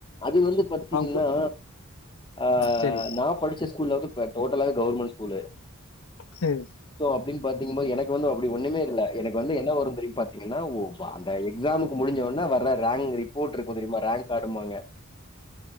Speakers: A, on the left (about 20°); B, on the left (about 70°).
A: அது வந்து பாத்திங்கன்னா
B: அவங்க கு-
A: அ
B: சரி
A: நா படிச்ச ஸ்கூல்ல வந்து இப்ப டோட்டலாவே கவுர்மெண் ஸ்கூலு.
B: சேரி.
A: சோ அப்டின் பாத்தீங்கம்போது எனக்கு வந்து அப்டி ஒன்னுமே இல்ல எனக்கு வந்து என்ன வரு திரும் பாத்தீங்கன்னா ஒ வ அந் த எக்ஸாமுக்கு முடிஞ்சவுன்ன வர்ற ரேங் ரிப்போட் இருக்கு தெரிமா ரேங்க் காடும்பாங்க.